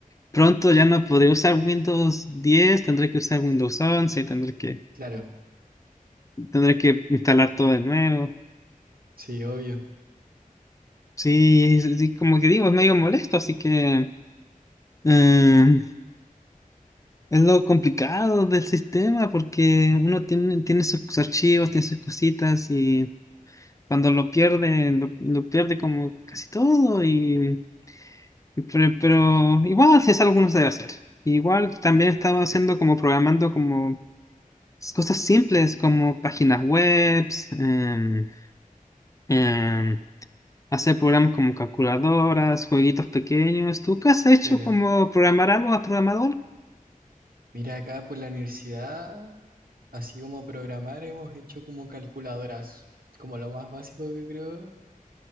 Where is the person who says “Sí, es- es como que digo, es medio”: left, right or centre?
Left